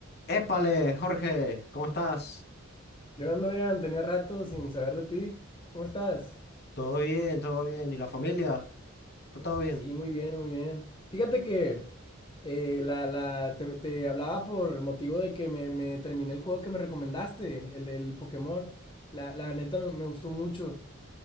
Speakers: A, on the left; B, on the left.
A: Épale, Jorge, ¿cómo estás?
B: ¿Qué onda, Adrián? Tenía rato sin saber de ti. ¿Cómo estás?
A: Todo bien, todo bien. ¿Y la familia? ¿Está todo bien?
B: Sí, muy bien, muy bien. Fíjate que eh, la, la- te, te hablaba por motivo de que me, me terminé el juego que me recomendaste, el, el Pokémon. La, la neta me, me gustó mucho.